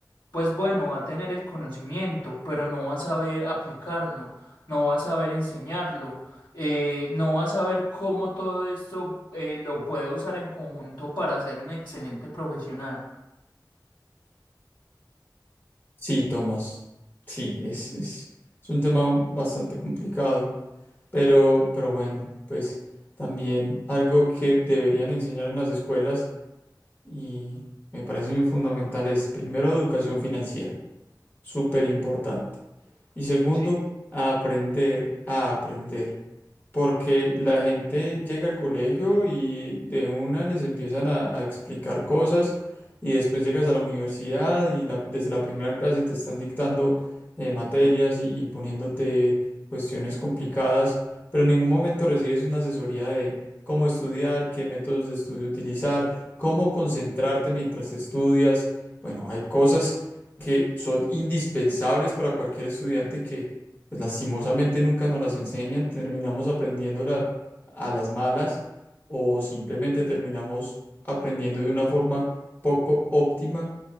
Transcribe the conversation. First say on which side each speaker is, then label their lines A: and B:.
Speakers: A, on the left; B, on the left.
A: pues bueno, va a tener el conocimiento, pero no va a saber aplicarlo, no va a saber enseñarlo, eh, no va a saber cómo todo esto eh, lo puede usar en conjunto para ser un excelente profesional.
B: Sí, Tomás. Sí, es, es, es un tema bastante complicado, pero, pero bueno, pues también algo que deberían enseñar en las escuelas y me parece muy fundamental es primero, educación financiera súper importante. Y segundo,
A: Sí,
B: a aprender, a aprender. Porque la gente llega al colegio y de una les empiezan a, a explicar cosas y después llegas a la universidad y la- desde la primera clase te están dictando eh, materias y, y poniéndote cuestiones complicadas, pero en ningún momento recibes una asesoría de cómo estudiar, qué métodos de estudio utilizar, cómo concentrarte mientras estudias. Bueno, hay cosas que son indispensables para cualquier estudiante que, pues lastimosamente nunca nos las enseñan, terminamos aprendiéndolas a las malas o simplemente terminamos aprendiendo de una forma poco óptima,